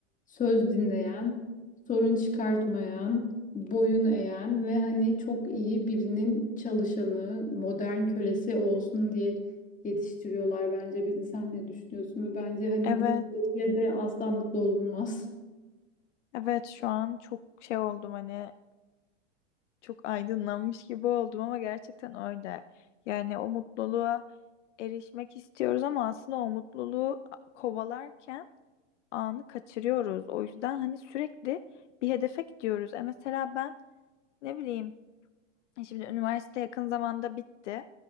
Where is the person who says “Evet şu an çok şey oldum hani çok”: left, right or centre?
Left